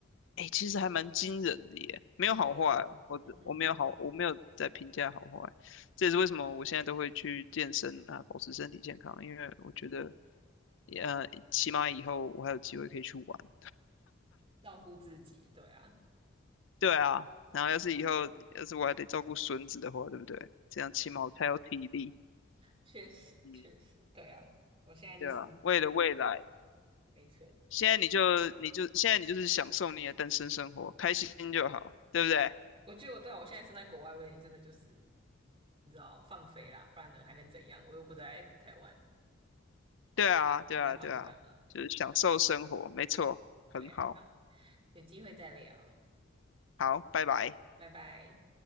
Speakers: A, on the left (about 70°); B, on the right (about 30°).
A: 哎，其实还蛮惊人的耶，
B: <laughs>
A: 没有好坏哦，
B: 啊，真的吗？
A: 我的我没有好，
B: 嗯哼，
A: 我没有在评价好坏，这也是为什么我现在都会去健身啊，保持身体健康，因为我觉得，呃，起码以后我还有机会可以去玩，
B: 照顾自己，对啊。
A: 对啊，然后要是以后要是我还得照顾孙子的话，对不对？这样起码我才有体力，
B: 确实确实，
A: 嗯，
B: 对啊，我现在就是一个
A: 对啊，为了未来，
B: 没车。
A: 现在你就你就现在你就是享受你的单身生活，开心就好，对不对？
B: 我觉得我对啊，我现在身在国外，我也真的就是你知道放飞啦，不然呢还能怎样？我又不在台湾，
A: 对啊，对啊，
B: 想干嘛就干嘛。
A: 对啊，就是享受生活，没错，很好，
B: 对呀、好，有机会再聊，
A: 好，拜拜。
B: 拜拜。